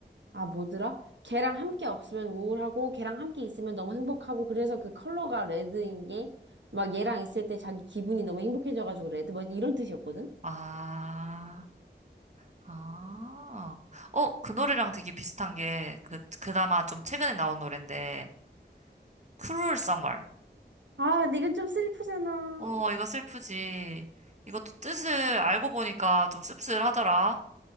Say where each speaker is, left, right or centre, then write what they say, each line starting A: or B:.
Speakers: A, on the right; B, on the right.
A: 아, 뭐더라? 걔랑 함께 없으면 우울하고, 걔랑 함께 있으면 너무 행복하고, 그래서 그 컬러가 레드인 게, 막 얘랑 있을 때 자기 기분이 너무 행복해져가지고 레드, 뭐 이런 뜻이었거든?
B: 아, 아. 어, 그 노래랑 되게 비슷한 게, 그, 그나마 좀 최근에 나온 노랜데, Cruel Summer.
A: 아, 근데 이건 좀 슬프잖아.
B: 어, 이거 슬프지. 이것도 뜻을 알고 보니까 좀 씁쓸하더라.